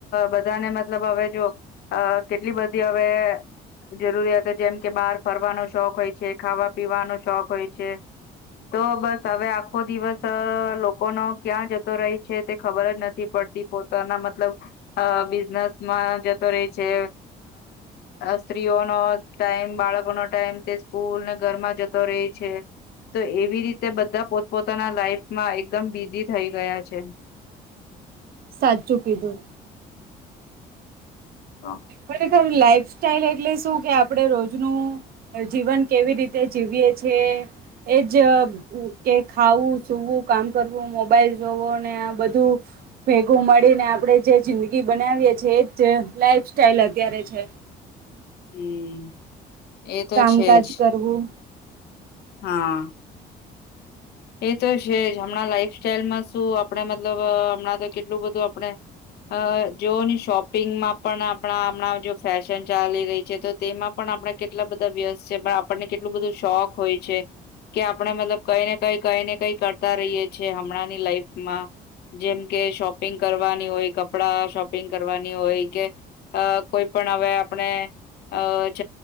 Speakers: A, on the left; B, on the right.
A: બધાને મતલબ હવે જો કેટલી બધી હવે. હ. જરૂરિયાત જેમ કે બહાર ફરવાનો શોખ હોય છે. ખાવા પીવાનો શોખ હોય છે. તો બસ હવે આખો દિવસ લોકોનો ક્યાં જતો રહી છે તે ખબર જ ન. નથી પડતી પોતાના મતલબ બિઝનેસમાં જતો રે છે. સ્ત્રીઓનો ટાઈમ બાળકોનો ટાઈમ તે સ્કૂલને ઘરમાં જતો રહેે છે. તો એવી રીતે બધા પોતપોતાના લાઈફમાં એકદમ બિઝી થઈ ગયા છે. <unintelligible>
B: સાચું કીધું.
A: તો
B: ખરેખર લાઈફ સ્ટાઈલ એટલે શું કે આપણે રોજનું જીવન કેવી રીતે જીવીએ. કે છે. એજ કે ખાવું સુવું કામ કરવું મોબાઈલ જોવો ને આ બધું. ભેગું મળીને આપડે જે જિંદગી બનાવીએ છીએ એ જ લાઈફ. સ્ટાઇલ અત્યારે છે.
A: હમ્મ એ તો
B: કામકાજ
A: છે જ.
B: કરવું
A: હા. એ તો છે જ હમણાં લાઈફ સાઈલમાં શું આપડે મતલબ હમણાં તો. કેટલું બધું આપણે અ. જોની શોપિંગમાં પણ આપણા હમણાં જો ફેશન ચાલી રહી છે તો તેમાં પણ આપણા કેટલા બધા. વ્યત છે પણ આપણને કેટલું બધું શોખ હોય છે કે આપણે મતલબ કઈને. કઈ કઈ ને કઈ કરતા રહીએ છીએ હમણાંની લાઈફ માં. જેમ કે શોપિંગ કરવાની હોય કપડા શોપિંગ કરવાની હોય કે. અ કોઈ પણ હવે આપણે. અ ચ